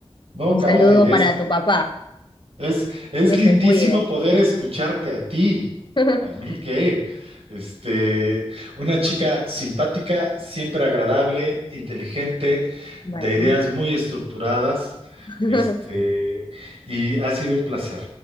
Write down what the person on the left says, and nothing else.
Un
saludo para
tu papá.
Que
se cuide.
<laughs>
Bueno,
muchas-
<laughs>